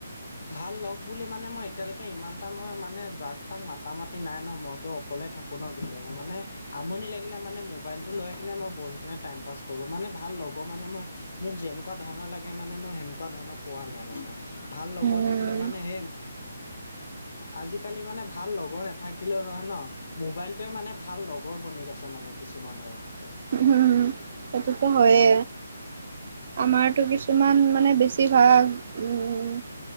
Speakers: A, on the left; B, on the right.
A: ভাল লগ বুলি মানে মই এতিয়ালৈকে ইমান এটা মই মানে যাক তাক মাতা মাতি নাই ন মদ ত', অকলে থাকো ন কেতিয়াবা মানে আমনি লাগিলে মানে মোবাইলটো লৈ কিনে মই বহি কিনে টাইম পাছ কৰো। মানে ভাল লগ মানে মই মোক যেনেকুৱা ধৰণৰ লাগে, মানে মই সেনেকুৱা ধৰণৰ পোৱা নাই মানে ভাল লগৰ
B: উম
A: থাকিলে মানে হেই আজিকালি মানে ভাল লগৰ নাথাকিলেও ন মোবাইলটোৱে মানে ভাল লগৰ বনি গৈছে মানে কিছুমানৰ হতে
B: উম সেইটোতো হয়য়ে। আমাৰতো কিছুমান মানে বেছিভাগ উম',